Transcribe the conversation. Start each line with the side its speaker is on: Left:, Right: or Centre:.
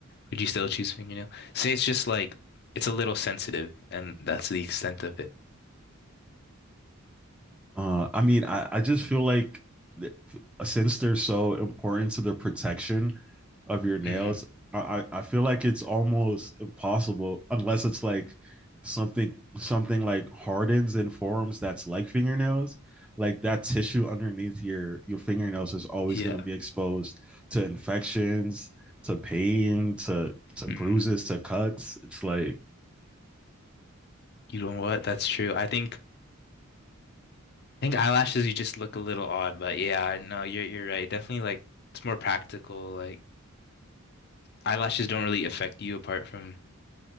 Left: Would you still choose fingernail? Say it's just like it's a little sensitive, and that's the extent of it.
Centre: Uh, I mean, I, I just feel like th- since they're so important to the protection of your nails,
Left: hmm
Centre: I, I I feel like it's almost impossible unless it's like something something like hardens and forms that's like fingernails. Like that tissue underneath your your fingernails is always
Left: Yeah.
Centre: going to be exposed to infections, to pain, to to
Left: mm
Centre: bruises, to cuts. It's like
Left: You know what? That's true. I think I think eyelashes you just look a little odd, but yeah, I- no, you're you're right. Definitely like it's more practical. Like eyelashes don't really affect you apart from